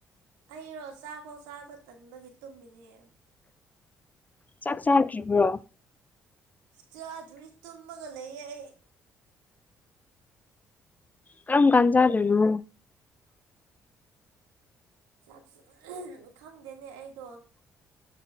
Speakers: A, on the right; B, on the left.
A: ꯍꯩꯔꯣ ꯆꯥꯛꯈꯣ ꯆꯥꯕ ꯇꯟꯕꯒꯤ ꯇꯨꯝꯃꯤꯅꯦ
B: ꯆꯥꯛ ꯆꯥꯗ꯭ꯔꯤꯕ꯭ꯔꯣ
A: ꯆꯥꯗ꯭ꯔꯔꯤ ꯇꯨꯝꯃꯒ ꯂꯩꯌꯦ ꯑꯩ
B: ꯀꯔꯝ ꯀꯟꯖꯥꯗꯅꯣ
A: ꯆꯥꯛ ꯈꯪꯗꯦꯅꯦ ꯑꯩꯗꯣ